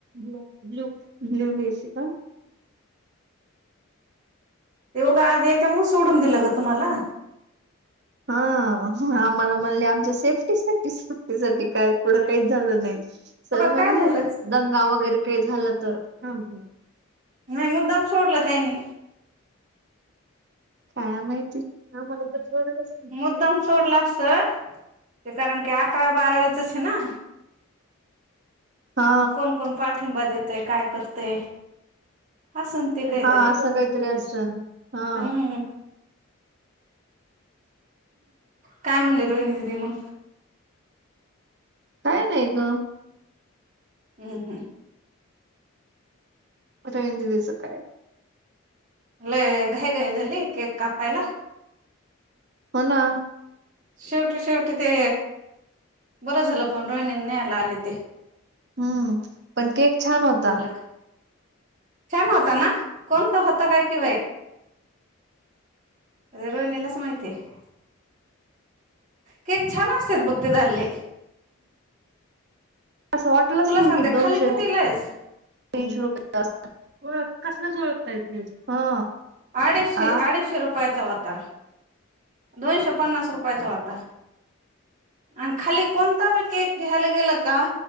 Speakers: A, on the right; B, on the right.
A: ब ब्ल्यू ब्ल्यू घ्यायची का?
B: ते बघा आज याच्यामुळे सोडून दिलं ग तुम्हाला?
A: हा आम्हाला म्हणले आमच्या सेफ्टीसाठी सेफ्टी साठी काय कुढं काहीच झालं नाही सर
B: कुठं
A: म्हणले
B: काय झालं
A: दंगा वगैरे काही झालं तर हम ह
B: नाही मुद्दाम सोडलं त्यांनी
A: काय माहिती आम्हाला तर सोडलाच नाही
B: मुद्दाम सोडला असल ते कारण की अकरा बारावीच हे ना.
A: हा
B: कोण कोण पाठिंबा देतय काय करतय असन ते काहीतरी
A: हा असं काहीतरी असलं हा
B: हम्म काय म्हणले रोहिणी दिदी मग?
A: काय नाही ग.
B: हम्म हम्म.
A: रोहिणी दीदीचं काय?
B: लय घाय घाई झाली केक कापायला.
A: हो ना.
B: शेवटी शेवटी ते बरं झालं पण रोहिणी न्यायला आले ते.
A: हम्म पण केक छान होता.
B: म्हणलं छान होता ना कोणता होता काय कि बाई? रोहिणीलाच माहिती आहे. केक छान असतात बघ आले -
A: असं वाटलंच
B: तुला
A: नाही
B: सांगते
A: कि दोनशे
B: खाली कितीला
A: तीनशे
B: आहेस
A: रुपयाचा आसपास कसलच ओळखता येत हा
B: आडीशे,
A: ह
B: आडीशे रुपयाचा होता दोनशे पन्नास रुपयाचा होता आणि खाली कोणं? कोणता बी केक घ्यायला गेलं का?